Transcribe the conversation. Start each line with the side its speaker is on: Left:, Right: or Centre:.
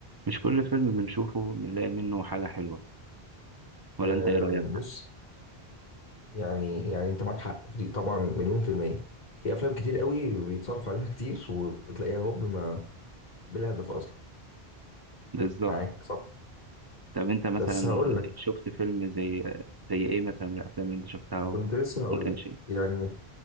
Right: مش كل فيلم بنشوفه بنلاقي منه حاجة حلوة ولا
Left: أم،
Right: انت ايه رأيك
Left: بص يعني يعني انت معاك حق في دي طبعا مليون في المية في افلام كتير قوي بيتصرف عليها كتير وتلاقيها هوب ما بلا هدف اصلا
Right: بالظبط
Left: معاك صح
Right: طب انت مثلا
Left: بس هقول لك
Right: شفت فيلم زي زي ايه مثلا من الافلام اللي انت شفتها اهو
Left: كنت لسه هقول
Right: ما كانش
Left: لك
Right: إيه.
Left: يعني